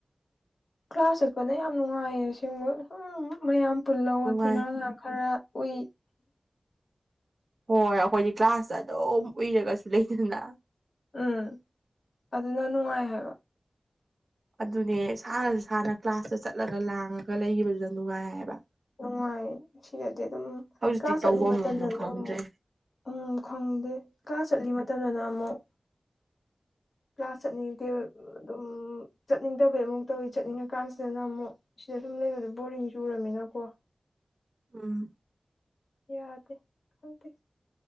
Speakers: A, on the left; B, on the right.
A: ꯀ꯭ꯂꯥꯁ ꯆꯠꯄꯅ ꯌꯥꯝ ꯅꯨꯡꯉꯥꯏꯌꯦꯡꯕ ꯑꯁꯦꯡꯕ ꯃꯌꯥꯝ ꯄꯨꯜꯍꯧ
B: ꯅꯨꯡꯉꯥꯏ
A: ꯋꯥꯊꯤꯈꯔ ꯉꯥꯡ ꯈꯔ ꯎꯏ
B: ꯍꯣꯏ ꯑꯩꯈꯣꯏꯗꯤ ꯀ꯭ꯂꯥꯁꯇ ꯑꯗꯨꯝ ꯎꯏꯔꯒꯁꯨ ꯂꯩꯗꯅ
A: ꯎꯝ ꯑꯗꯨꯅ ꯅꯨꯡꯉꯥꯏ ꯍꯥꯏꯕ
B: ꯑꯗꯨꯅꯦ ꯁꯥꯔꯁꯨ ꯁꯥꯅ ꯀ꯭ꯂꯥꯁꯇ ꯆꯠꯂꯒ ꯂꯥꯡꯉꯒ ꯂꯩꯈꯤꯕꯗꯨꯗ ꯅꯨꯡꯉꯥꯏ ꯍꯥꯏꯌꯦꯕ
A: ꯅꯨꯡꯉꯥꯏ ꯁꯤꯗꯗꯤ ꯑꯗꯨꯝ
B: ꯍꯧꯖꯤꯛꯇꯤ
A: ꯀ꯭ꯂꯥꯁ
B: ꯇꯧꯐꯝꯝꯁꯨ
A: ꯆꯠꯂꯤ ꯃꯇꯝꯗꯅ
B: ꯈꯪꯗ꯭ꯔꯦ
A: ꯑꯃꯨꯛ ꯎꯝ ꯈꯪꯗꯦ ꯀꯥꯂꯁ ꯆꯠꯂꯤ ꯃꯇꯝꯗꯅ ꯑꯃꯨꯛ ꯀ꯭ꯂꯥꯁ ꯆꯠꯅꯤꯡꯗꯦ ꯑꯗꯨꯝ ꯆꯠꯅꯤꯡꯗꯕꯩ ꯑꯃꯨꯛ ꯇꯧꯋꯤ ꯆꯠꯅꯤꯡꯉꯀꯥꯟꯁꯤꯗꯅ ꯑꯃꯨꯛ ꯁꯤꯗ ꯁꯨꯝ ꯂꯩꯕꯗꯣ ꯕꯣꯔꯤꯡ ꯆꯨꯔꯃꯤꯅꯀꯣ
B: ꯎꯝ
A: ꯌꯥꯗꯦ ꯈꯪꯗꯦ